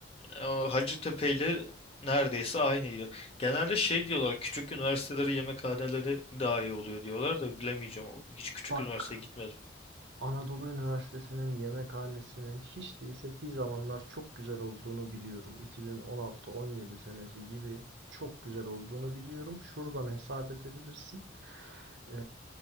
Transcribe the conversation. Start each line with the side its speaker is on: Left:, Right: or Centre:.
Left: Aa, Hacettepe ile neredeyse aynıydı. Genelde şey diyorlar küçük üniversiteleri yemekhaneleri daha iyi oluyor diyorlar da bilemeyeceğim. Hiç küçük
Right: Bak,
Left: üniversiteye gitmedim.
Right: Anadolu Üniversitesi'nin yemekhanesinin hiç değilse bir zamanlar çok güzel olduğunu biliyorum. 2016-17 senesi gibi çok güzel olduğunu biliyorum. Şuradan hesap edebilirsin. Ee,